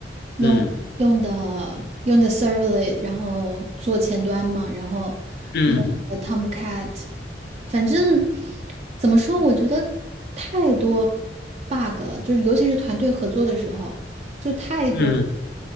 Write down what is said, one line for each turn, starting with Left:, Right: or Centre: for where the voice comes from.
Right: 用用的用的
Left: 嗯
Right: Servlet，然后做前端嘛，然后用的
Left: 嗯
Right: Tomcat，反正怎么说，我觉得太多 bug 了，就是尤其是团队合作的时候，就太多，
Left: 嗯